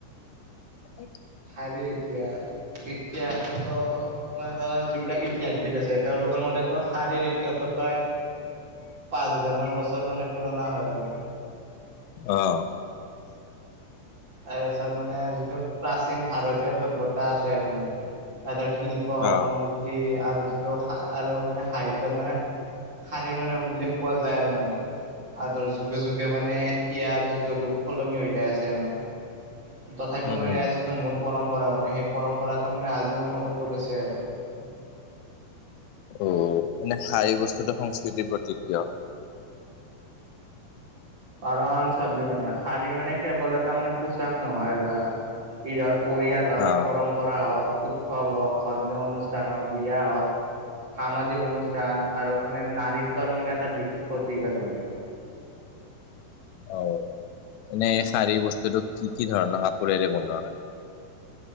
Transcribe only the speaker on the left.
এই
অঁ
অ
উম
উম
অ এনে সাইী বস্তুটো সংস্কৃতিৰ প্ৰতিক কিয়
অ
অ এনেই শাৰী বস্তুটো কি কি ধৰণৰ কাপোৰেৰে বনোৱা হয়